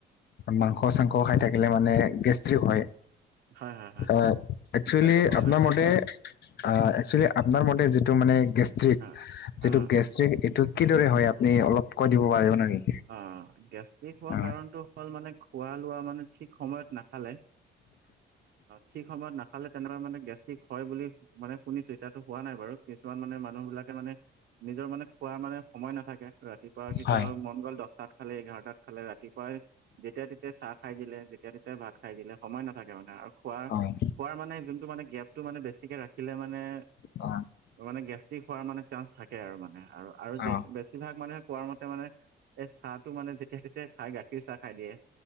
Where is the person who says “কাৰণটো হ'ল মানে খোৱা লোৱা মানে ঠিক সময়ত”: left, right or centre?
Right